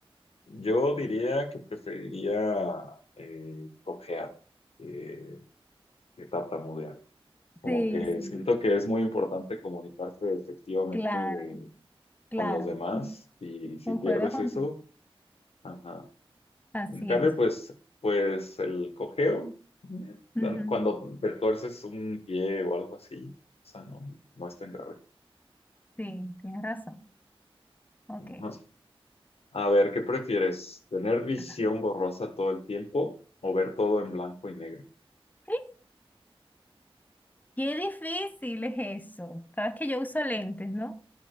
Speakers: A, on the left; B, on the left.
A: yo diría que preferiría eh, cojear eh, que tartamudear. Como
B: Sí,
A: que
B: sí,
A: siento que es muy importante comunicarse efectivamente
B: claro,
A: eh,
B: claro.
A: con los demás y si
B: Concuerdo
A: pierdes
B: contigo.
A: eso, ajá.
B: Así
A: En cambio,
B: es.
A: pues, pues el cojeo, eh,
B: Ujú.
A: cuando te tuerces un pie o algo así, o sea, no, no es tan grave.
B: Sí, tienes razón. Ok.
A: Ajá. A ver, ¿qué prefieres? ¿Tener visión
B: Ajá.
A: borrosa todo el tiempo o ver todo en blanco y negro?
B: ¡Ay! Qué difícil es eso. Sabes que yo uso lentes, ¿no?